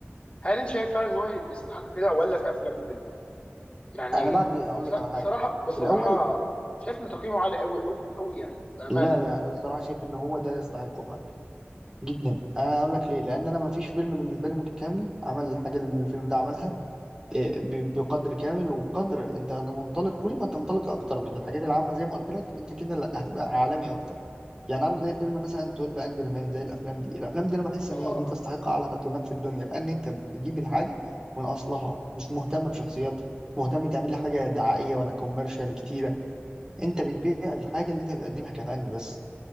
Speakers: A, on the left; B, on the right.
A: هل انت شايف فعلا ان هو يستحق كده ولا في افلام تانية يعني
B: انا بعد اقول
A: بص-
B: لك على
A: بصراحه
B: حاجة
A: بصراحه
B: في الاول
A: شايف ان تقييمه عالي قوي قوي قوي يعني بامانه
B: لا لا انا الصراحة شايف ان هو ده اللي يستحقه فعلا جدا انا اقول لك ليه لان انا ما فيش فيلم بالنسبة لي متكامل عمل الحاجة اللي الفيلم ده عملها إيه، ب- بقدر كامل وبقدر انت منطلق كل ما تنطلق اكتر من الحاجات العامه زي ما قلت لك انت كده لا هتبقى عالمي اكتر يعني عارف زي فيلم مثلا 12 انجر مان زي الافلام دي الافلام دي انا بحس
A: اه
B: ان
A: اه
B: هي دي تستحق
A: آه.
B: اعلى تقييمات في الدنيا لان انت بتجيب الحاجه من اصلها مش مهتم بشخصيات مش مهتم تعمل لي حاجه دعائيه ولا كوميرشال كتيره انت بتبيع الحاجه اللي انت بتقدمها كفن بس